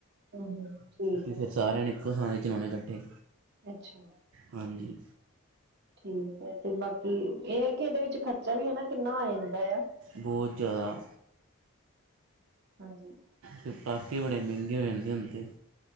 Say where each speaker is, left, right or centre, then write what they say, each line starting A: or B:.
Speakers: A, on the right; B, on the right.
A: ਹੂੰ, ਠੀਕ
B: ਤੇ
A: ਹੂੰ। ਹੈ
B: ਫੇਰ ਸਾਰੇਆਂ ਨੇ ਇੱਕੋ ਥਾਂ ਤੇ ਚਲੋਣੇ ਕੱਠੇ,
A: ਅੱਛਾ
B: ਹਾਂਜੀ।
A: ਠੀਕ ਐ, ਤੇ ਬਾਕੀ ਏ ਐ ਕਿ ਏਦੇ ਵਿੱਚ ਖਰਚਾ ਵੀ ਹਨਾ ਕਿੰਨਾ ਆ ਜਾਂਦਾ ਆ।
B: ਬੋਤ ਜਾਦਾ
A: ਹਾਂਜੀ।
B: ਤੇ ਪਟਾਕੇ ਬੜੇ ਮੈਂਗੇ ਹੋ ਜਾਨਗੇ ਹੁਣ ਤੇ